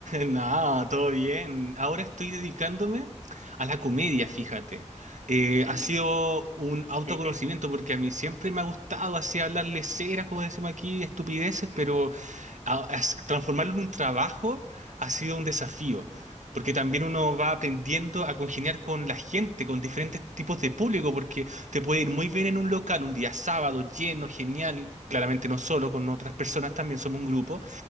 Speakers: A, on the right; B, on the right.
A: No,
B: <laughs>
A: todo bien. Ahora estoy dedicándome a la
B: Ujú,
A: comedia, fíjate. Eh,
B: Sí.
A: ha sido un autoconocimiento
B: Que, que...
A: porque a mí siempre me ha gustado así hablarle ceras, como decimos aquí, estupideces, pero
B: ujú, ujú,
A: a- as- transformarlo en un trabajo ha sido
B: ujú,
A: un desafío. Porque también uno va aprendiendo a congeniar con la gente, con diferentes tipos de público, porque te puede ir muy bien en un local, un día sábado, lleno, genial. Claramente no solo, con otras personas también somos un grupo.